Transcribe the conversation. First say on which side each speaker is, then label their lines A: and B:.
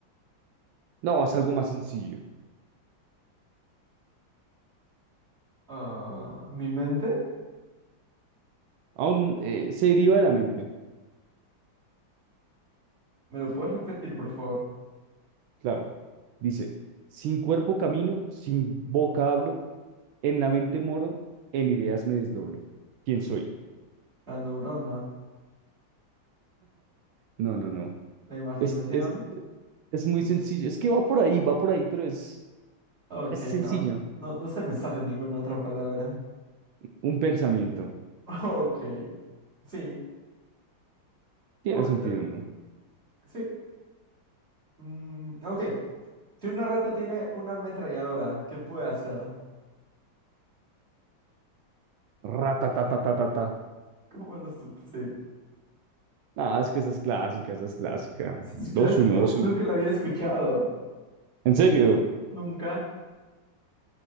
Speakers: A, on the right; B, on the right.
A: No, es algo más sencillo.
B: ah, mi mente.
A: Aún eh, se deriva de la mente,
B: ¿Me lo puedes repetir, por favor?
A: claro. Dice, sin cuerpo camino, sin boca hablo, en la mente moro, en ideas me desdoblo. ¿Quién soy?
B: La neurona,
A: No, no, no.
B: la imaginación.
A: Es, es, Es muy sencillo. Es que va por ahí, va por ahí, pero es,
B: Ok,
A: es sencillo.
B: no, no, no se me sale ninguna otra palabra.
A: Un pensamiento.
B: <laughs> Ok, sí,
A: Tiene
B: puede
A: sentido,
B: ser.
A: ¿no?
B: Sí. Mm, ok, si una rata tiene una ametralladora, ¿qué puede hacer?
A: Ratatatatata.
B: <laughs> ¿Cómo lo sup- Sí.
A: Ah, es que esa es clásica, esa es clásica.
B: ¿Es
A: dos
B: clásica?
A: uno dos
B: Nunca
A: uno
B: la había escuchado.
A: ¿En serio?
B: Nunca